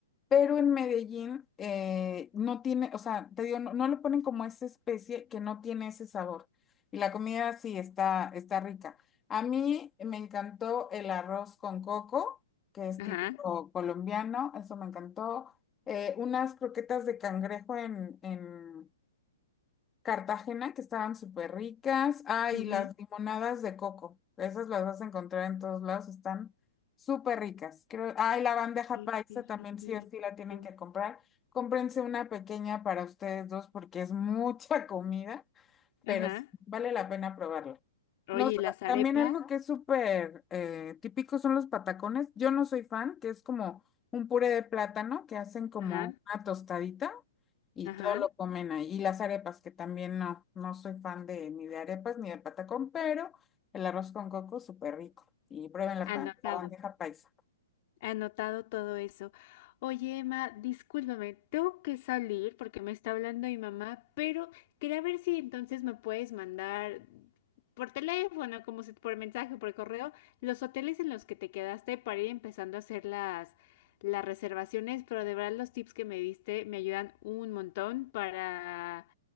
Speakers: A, on the left (about 15°); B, on the left (about 45°).
A: pero en Medellín eh, no tiene, o sea, te digo, no, no le ponen como esa especie que no tiene ese sabor. Y la comida sí está, está rica. A mí me encantó el arroz con coco, que es
B: ajá,
A: típico colombiano, eso me encantó. Eh, unas croquetas de cangrejo en, en Cartagena, que estaban súper ricas. Ah,
B: ujú.
A: y las limonadas de coco. Esas las vas a encontrar en todos lados, están súper ricas. Creo, ah, y la bandeja
B: Qué-
A: paisa también sí
B: rico.
A: o sí la tienen que comprar. Cómprense una pequeña para ustedes dos porque es mucha comida pero
B: Ajá.
A: sí, vale la pena probarla.
B: Oye,
A: No, s-
B: ¿y las arepas?
A: también algo que es súper eh, típico son los patacones. Yo no soy fan, que es como un puré de plátano que hacen como
B: Ajá,
A: una tostadita y
B: ajá.
A: todo lo comen ahí. Y las arepas, que también no, no soy fan de ni de arepas ni de patacón, pero el arroz con coco súper rico. Y prueben la, pa-
B: Anotado.
A: la bandeja paisa.
B: Anotado todo eso. Oye, Emma, discúlpame, tengo que salir porque me está hablando mi mamá, pero quería ver si entonces me puedes mandar por teléfono, como si- por mensaje, por correo, los hoteles en los que te quedaste para ir empezando a hacer las, las reservaciones, pero de verdad los tips que me diste me ayudan un montón para,